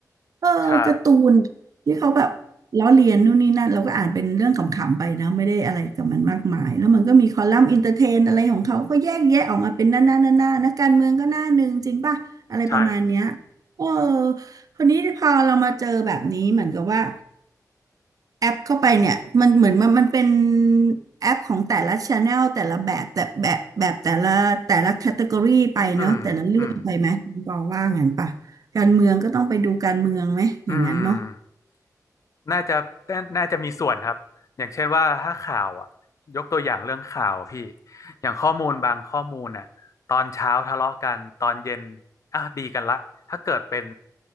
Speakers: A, on the right; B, on the left.
A: เออการ์ตูน
B: ใช่
A: ที่เขาแบบล้อเลียนนู่นนี่นั่นเราก็อ่านเป็นเรื่องขำๆไปนะไม่ได้อะไรกับมันมากมายแล้วมันก็มีคอลัมน์อินเตอร์เทนอะไรของเขา ก็แยกแยะออกมาเป็นหน้าหน้าหน้าหน้านักการเมืองก็หน้าหนึ่งจริงป่ะอะไรประมาณเนี้ย
B: ใช่
A: เออคนนี้พอเรามาเจอแบบนี้เหมือนกับว่า แอปเข้าไปเนี่ยมันเหมือนมันมันเป็นแอปของแต่ละช n แนลแต่ละแบบแต่แบบแบบแต่ละแต่ละแคตตากรีไปเนอะแต่ละเรื่องไปไหมคุณปอว่างั้นป่ะการเมืองก็ต้องไปดูการเมืองไหมอย่างนั้นเนาะ
B: อืมอืมอืมน่าจะน่าน่าจะมีส่วนครับ อย่างเช่นว่าถ้าข่าวอ่ะยกตัวอย่างเรื่องข่าวพี่ อย่างข้อมูลบางข้อมูลน่ะตอนเช้าทะเลาะกันตอนเย็นอ่ะดีกันละถ้าเกิดเป็น